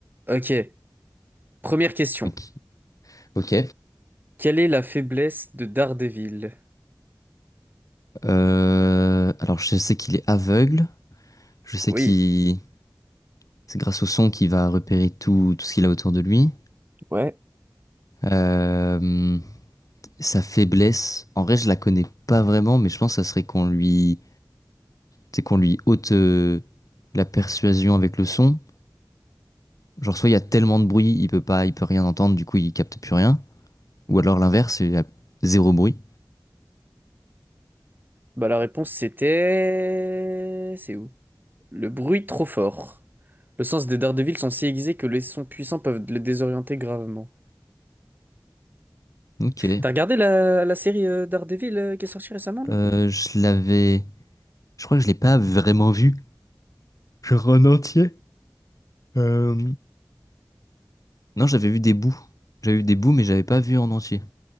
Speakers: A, on the right; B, on the left.
A: Ok, première question.
B: Ok. Ok.
A: Quelle est la faiblesse de Daredevil?
B: Euh, alors, je sais qu'il est aveugle. Je sais
A: Oui.
B: qu'il... C'est grâce au son qu'il va repérer tout, tout ce qu'il a autour de lui.
A: Ouais.
B: Euh, sa faiblesse, en vrai, je la connais pas vraiment, mais je pense que ça serait qu'on lui... C'est qu'on lui ôte euh, la persuasion avec le son. Genre, soit il y a tellement de bruit, il peut pas, il peut rien entendre, du coup, il capte plus rien. Ou alors l'inverse, il y a zéro bruit.
A: Bah la réponse c'était... C'est où? Le bruit trop fort. Le sens des Daredevil sont si aiguisés que les sons puissants peuvent le désorienter gravement.
B: Ok.
A: T'as regardé la, la série euh, Daredevil euh, qui est sortie récemment là?
B: Euh, je l'avais... Je crois que je l'ai pas vraiment vu. Genre en entier. Euh, Non, j'avais vu des bouts. J'avais vu des bouts, mais j'avais pas vu en entier.